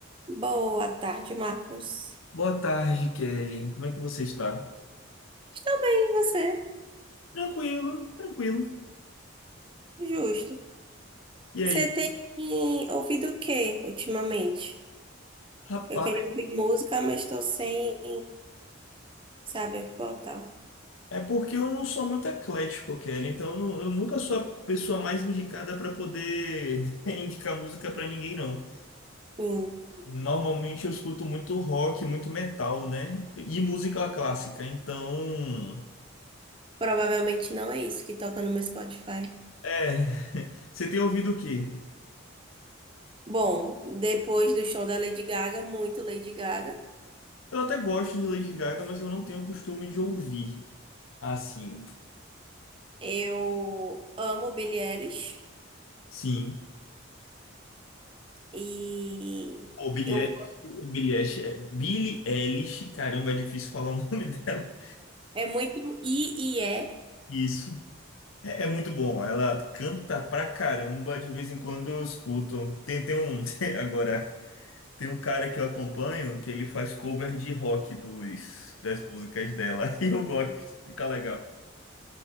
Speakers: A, on the right; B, on the left.
A: Boa tarde, Marcos.
B: Boa tarde, Kelly. Como é que você está?
A: Estou bem, e você?
B: Tranquilo, tranquilo.
A: Justo.
B: E
A: Você
B: aí?
A: tem ouvido o que ultimamente?
B: Rapaz,
A: Eu queria ouvir música, mas estou sem saber botar.
B: é porque eu não sou muito eclético, Kelly, então eu nu- eu nunca sou a pessoa mais indicada para poder <laughs> indicar música para ninguém, não.
A: Hum,
B: Normalmente eu escuto muito rock, muito metal, né? E música clássica, então.
A: provavelmente não é isso que toca no meu Spotify.
B: É. Você tem ouvido o quê?
A: Bom, depois do show da Lady Gaga, muito Lady Gaga.
B: Eu até gosto de Lady Gaga, mas eu não tenho costume de ouvir assim.
A: Eu amo Billie Eilish
B: Sim.
A: e
B: O Billie
A: eu
B: Eilish, Billie Eilish, é- Billie Eilish, caramba, é difícil falar o <laughs> nome dela.
A: é muito e e é.
B: Isso é, é muito bom. Ela canta pra caramba, de vez em quando eu escuto. Tem, tem um, <laughs> tem- agora, tem um cara que eu acompanho que ele faz cover de rock dos, das músicas dela. <laughs> E eu gosto, fica legal.